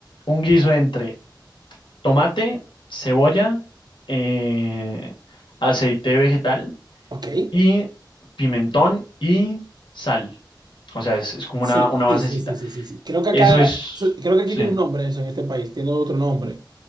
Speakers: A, on the left; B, on the right.
A: un guiso entre tomate, cebolla, eh, aceite vegetal
B: ¿ok?
A: y pimentón y sal. O sea, es, es como
B: Sí,
A: una, una basecita.
B: sí, sí, sí, sí, sí, sí. Creo que acá,
A: Eso es,
B: su- creo que aquí
A: sí,
B: tiene un nombre eso en este país, tiene otro nombre.